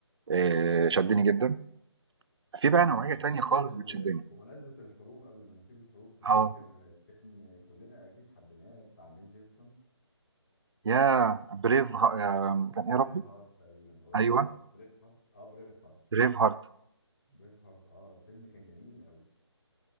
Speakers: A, on the right; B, on the left.
A: آه، شدني جدا في بقى نوعيه
B: طب بمناسبة
A: تانية خالص
B: ال...
A: بتشدني
B: بمناسبة الحروب قبل ما نسيب الحروب تفتكر
A: اه
B: فيلم كلنا أكيد حبيناه بتاع ميل جيبسون
A: يا بريف ها... آه،
B: بريف
A: كان ايه يا ربي
B: هارت تقريبا ولا داي
A: ايوه
B: هارت بريف هارت اه بريف هارت
A: بريف هارت
B: بريف هارت اه فيلم كان جميل قوي